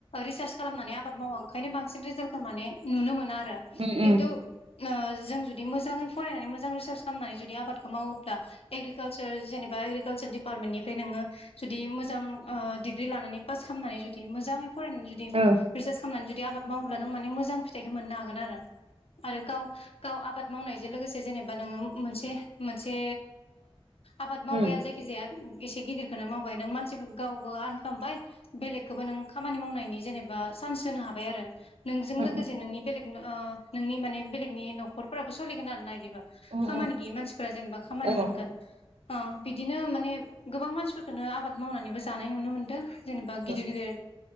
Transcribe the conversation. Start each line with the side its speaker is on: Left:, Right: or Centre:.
Left: रिसार्च खालामनानै आबाद माव आं ओंखाय बांसिन रिजाल्टखौ माने नुनो मोना आरो
Right: उ
Left: खिन्थु
Right: उ
Left: जों जुदि मोजाङै फरायनानै मोजां रिसार्च खालामनानै जुदि आबादखौ मावोब्ला एग्रिकालसार जेनेबा एग्रिखालसार डिपारमेनथनों जुदि मोजां मोजां अ दिग्रि लानानै पास खालामनटनै जुदि मोजां फरायनानै जुदि
Right: औ
Left: रिसारस खामनानै जुदि बिदि आबाद मावोब्ला नों माने मोजां फिथाइखौ मोननो हागोन आरो आरो गाव गाव आबाद मावनायजों लोगोसे जेनेबा नोङो मोनसे मोनसे आबाद मावबाय
Right: उम उम
Left: आरो जायखिजाया एसे गिदिरखौनो मावबाय नों मानसि गावबो आर्न खालामबाय बेलेगखौबो नों खामानि मावनायनि जेनेबा बा सान्स होनो हाबाय आरो नोंजों
Right: उम
Left: लोगोसे नोंनि बेलेग नोंनि माने बेलेगनि न'खरफोराबो सोलिगोन आर ना बिदिबा
Right: उम
Left: खामानि
Right: औ
Left: गैयि मानसिफोरा जेनेबा खामानि
Right: औ
Left: मोनगोन
Right: औ
Left: बिदिनो माने गोबां मानसिफोरखौोननो आबाद मावनानैबो जानाय नुनो मोनदों जेनेबा गिदिर गिदिर
Right: उम